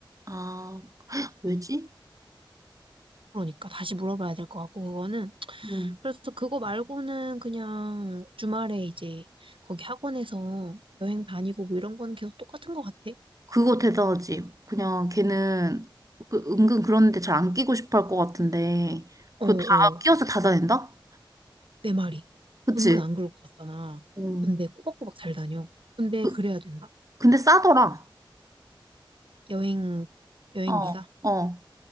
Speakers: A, on the right; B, on the right.
A: 아 왜지?
B: 응. 그러니까 다시 물어봐야 될 것 같고 그거는.
A: 음
B: 그래서 그거 말고는 그냥 주말에 이제 거기 학원에서 여행 다니고 뭐 이런 거는 계속 똑같은 것 같아.
A: 그거 대단하지. 그냥 걔는 그 은근 그런데 잘 안 끼고 싶어 할 것 같은데 그거
B: 어어.
A: 다 끼워서 다 다닌다?
B: 내 말이.
A: 그치?
B: 은근 안 그럴 것 같잖아.
A: 음.
B: 근데 꼬박꼬박 잘 다녀. 근데
A: 그,
B: 그래야 된다.
A: 근데 싸더라.
B: 여행, 여행비가.
A: 어, 어.